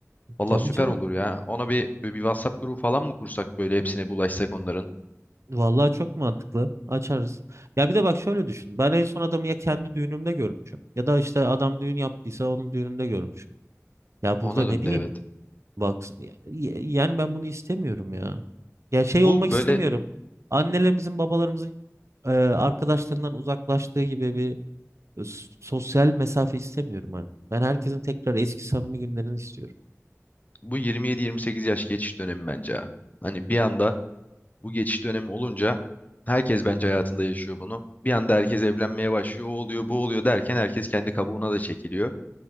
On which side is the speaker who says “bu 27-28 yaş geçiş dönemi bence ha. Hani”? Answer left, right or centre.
Left